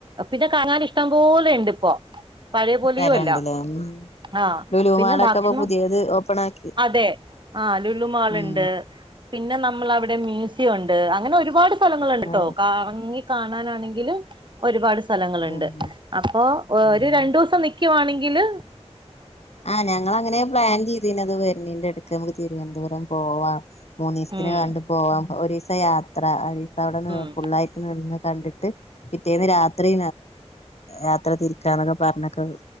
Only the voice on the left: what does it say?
സ്ഥലംണ്ടല്ലേ
ഉം
ലുലു
മാളൊക്കെ
ഇപ്പൊ പുതിയത് ഓപ്പൺ ആക്കി
ഉം
ആ
ഉം
ഉം
ആഹ് ഞങ്ങൾ അങ്ങനെ പ്ലാൻ ചെയ്തീന്നത്. വെരണീന്റെടക്ക് നമുക്ക് തിരുവനന്തപുരം പോവാം മൂന്നീസത്തിന്
കണ്ട് പോകാം. ഒരീസം യാത്ര ഒരു ദീസം അവിടെ
ഫുള്ളായിട്ട് നിന്ന് കണ്ടിട്ട് പിറ്റേന്ന് രാത്രി യാത്ര തിരിക്കാന്നൊക്കെ പറഞ്ഞ്ക്കണത്